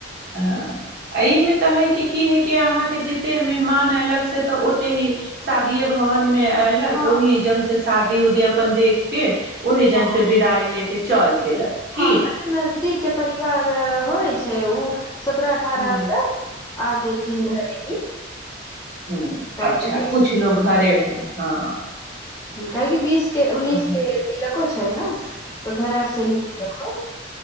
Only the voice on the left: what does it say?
हँ
हँ
हँ एते नजदीकके परिवार होइ छै उ सत्रह अठारह
तक आ जयथिन घरे ही
काहेकि
उन्नीस
काहे कि बीस के उन्ननीस
के तिलक कहै छै न तऽ घरे से दि तखन